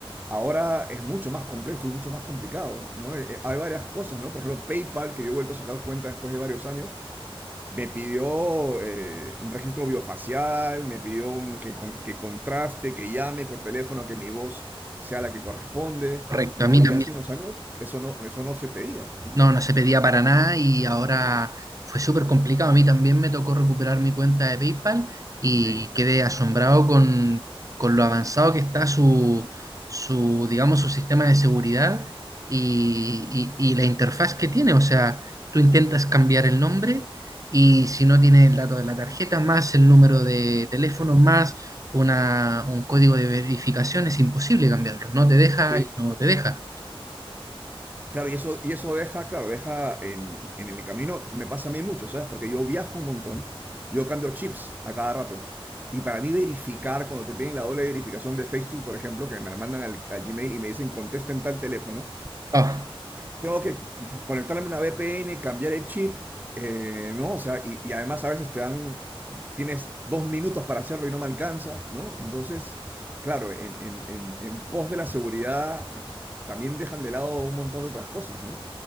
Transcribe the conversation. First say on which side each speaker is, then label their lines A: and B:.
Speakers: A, on the right (about 20°); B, on the right (about 35°).
A: Ahora es mucho más complejo y mucho más complicado, ¿no? Eh, eh, Hay varias cosas, ¿no? Por ejemplo, PayPal, que yo he vuelto a sacar cuenta después de varios años, me pidió eh, un registro biofacial, me pidió un, que, con- que contraste, que llame por teléfono, que mi voz sea la que corresponde,
B: Correcto,
A: ¿no?
B: a mí
A: Y
B: también.
A: hace unos años eso no, eso no se pedía, pues, ¿no?
B: No, no se pedía para nada y ahora fue súper complicado. A mí también me tocó recuperar mi cuenta de PayPal y
A: Sí,
B: quedé asombrado con, con lo avanzado que está su, su, digamos, su sistema de seguridad y, y- y la interfaz que tiene. O sea, tú intentas cambiar el nombre y si no tienes el dato de la tarjeta, más el número de teléfono, más una, un código de verificación, es imposible cambiarlo. No te deja
A: sí.
B: y no te deja.
A: Claro, y eso, y eso deja, claro, deja en, en el camino, me pasa a mí mucho, ¿sabes? Porque yo viajo un montón, yo cambio chips a cada rato. Y para mí verificar, cuando te piden la doble verificación de Facebook, por ejemplo, que me la mandan al, al Gmail y me dicen contesta en tal teléfono,
B: Ah,
A: Tengo que conectarme a una VPN, cambiar el chip, eh, ¿no? O sea, y, y además a veces te dan, tienes dos minutos para hacerlo y no me alcanza, ¿no? Entonces, claro, en, en- en- en pos de la seguridad también dejan de lado un montón de otras cosas, ¿no?